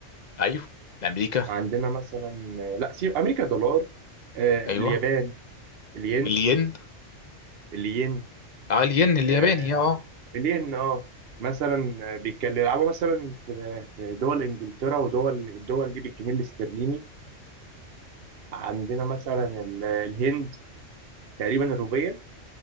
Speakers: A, on the left; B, on the right.
A: ايوه الامريكا
B: عندنا مثلا آه، لا سيب امريكا دولار آه،
A: ايوه
B: اليابان الين
A: الين
B: الين
A: اه الين الياباني
B: آه،
A: اه آه.
B: الين اه مثلا آه، بيتكلم يلعبوا مثلا في في دول انجلترا ودول الدول دي بالجنيه الاسترليني عندنا مثلا ال- الهند تقريبا الروبيه